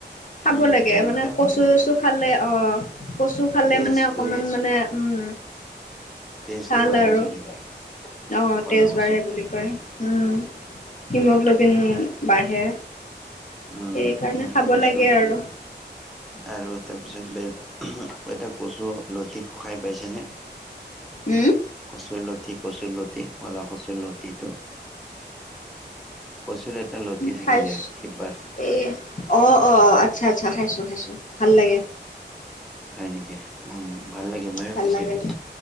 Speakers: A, on the left; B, in the centre.
A: খাব
B: উম,
A: লাগে
B: মিঠা
A: মানে
B: মিঠা
A: কচু চচু খালে অ কচু খালে
B: তেজটো
A: মানে অকমান মানে উম
B: তেজটো
A: ভাল
B: বাঢ়ে
A: আৰু
B: বুলি কয়।
A: অ
B: ক'লা
A: তেজ
B: কচুত
A: বাঢ়ে বুলি কয় উম। হিমগ্ল'বিন বাঢ়ে।
B: উম
A: সেইকাৰণে
B: উম
A: খাব
B: কচু
A: লাগে আৰু
B: আৰু তাৰপিছত বে এটা কচু লতি খাই পাইছেনে
A: উম
B: কচুৰ লতি কচুৰ লতি কলা কচুৰ লতিটো কচু এটা লতি থাকে
A: খাইছ
B: যে শিপাৰ
A: এই অ অ আচ্ছা আচ্ছা খাইছোঁ খাইছোঁ ভাল লাগে।
B: হয় নেকি উম ভাল লাগে ময়ে
A: ভাল
B: খাইছিলো
A: লাগে দে